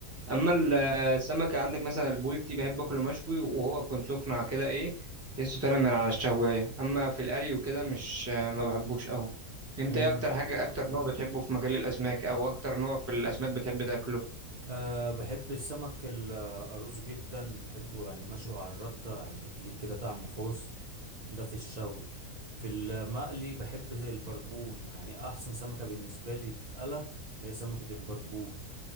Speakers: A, on the right (about 20°); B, on the right (about 80°).
A: اما ال- السمك عندك مثلا البولتي بحب اكله مشوي وهو يكون سخن على كده ايه لسه طالع من على الشوايه اما في القلي وكده مش ما بحبوش قوي انت
B: امم
A: ايه اكتر حاجه اكتر نوع بتحبه في مجال الاسماك او اكتر نوع في الاسماك بتحب تاكله
B: أه بحب السمك الأرز جدا بحبه يعني مشوي على الردة يعني ليه كده طعم خاص ده في الشوي في المقلي بحب البربون يعني أحسن سمكة بالنسبة لي تتقلى هي سمكة البربون